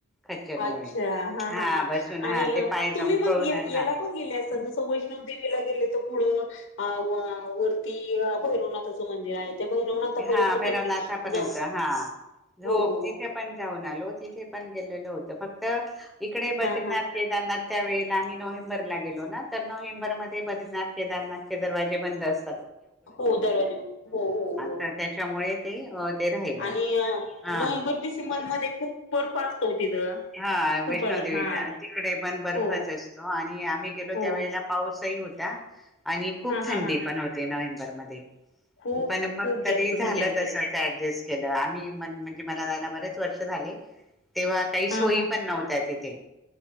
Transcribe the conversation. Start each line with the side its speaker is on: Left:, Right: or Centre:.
Centre: खच्चरमुळे
Left: अच्छा हा हा हा
Centre: बसून हा
Left: आणि
Centre: ते पाय
Left: तुम्ही
Centre: लमकळून
Left: मग या
Centre: असा
Left: याला पण गेले असाल जसं वैष्णव देवीला गेले त अ वा वरती भैरवनाथचं मंदिर आहे. भैरवनाथापर्यंत
Centre: हा भैरवनाथापर्यंत
Left: पण गे- जाऊ
Centre: हा झोप
Left: हो हो
Centre: तिथे
Left: हो
Centre: पण जाऊन आलो. तिथे पण गेलेल होतं. फक्त इकडे बद्रीनाथ
Left: हा हा
Centre: केदारनाथ त्यावेळेला आम्ही नोव्हेंबरला गेलो ना तर नोव्हेंबर मध्ये बद्रीनाथ केदारनाथचे दरवाजे बंद अस
Left: हो दरवाजे हो हो हो
Centre: तर त्याच्यामुळे ते अ ते राहिलं
Left: आणि
Centre: हा
Left: नोव्हेंबर डिसेंबर मध्ये खूप बर्फ असतो तिथं
Centre: हा
Left: खूप
Centre: वैष्णोदेवीला
Left: अ, हा
Centre: तिकडे पण बर्फच
Left: हो
Centre: असतो आणि आम्ही गेलो
Left: हो
Centre: त्यावेेळेला पाऊसही होता. का? आणि खूप
Left: हा
Centre: थंडी
Left: हा हा
Centre: पण होते नोव्हेंबर च्यामध्ये
Left: खूप
Centre: पण मग
Left: खूप
Centre: तरी
Left: जास्त
Centre: झालं
Left: थंडी असते
Centre: तस एडजस् केलं आम्ही म्हणजे मला जायला ब वर्ष झाले, तेव्हा काही सोयी
Left: हा हा
Centre: पण नव्हत्या तिथं ते